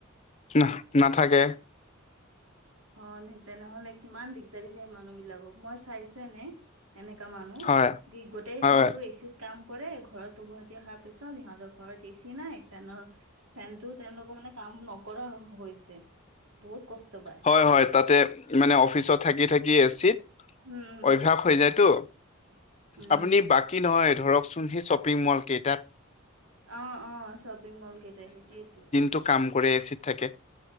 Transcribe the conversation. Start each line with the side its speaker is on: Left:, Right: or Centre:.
Left: না নাথাকে
Right: অ তেনেহলে কিমান দিগদাৰী হয় মানুহ বিলাকক মই চাইছো এনে এনেকা মানুহ
Left: হয়
Right: দি গোটেই
Left: হয়
Right: দিনটো এ‌ চিত কাম কৰে ঘৰত উভতি অহাৰ পিছত সিহঁতৰ ঘৰত এ চি নাই ফেনৰ ফেনটো তেওঁলোকৰ মানে কাম নকৰা হৈছে বহুত কষ্ট পায়
Left: হয় হয় তাতে মানে অফিচত থাকি থাকি এ চিত
Right: উম
Left: অভ্যাস হৈ যায়তো
Right: উম
Left: আপুনি বাকী নহয় ধৰকচোন সেই শ্বপিং মল কেইটাত
Right: অ' অ' শ্বপিং মল কেইটা সেইটোৱেতো
Left: টো কাম কৰে এ চিত থাকে